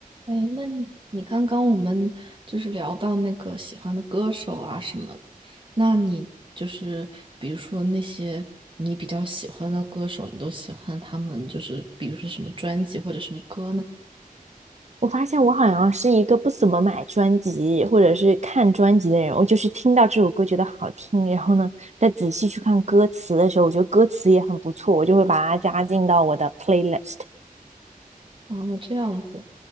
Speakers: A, on the right; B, on the right.
A: 哎，那你你刚刚我们就是聊到那个喜欢的歌手啊什么的，那你就是比如说那些你比较喜欢的歌手，你都喜欢他们就是比如说什么专辑或者什么歌呢？
B: 我发现我好像是一个不怎么买专辑或者是看专辑的人，我就是听到这首歌觉得好听，然后呢，再仔细去看歌词的时候，我觉得歌词也很不错，我就会把它加进到我的 playlist。
A: 哦，这样子，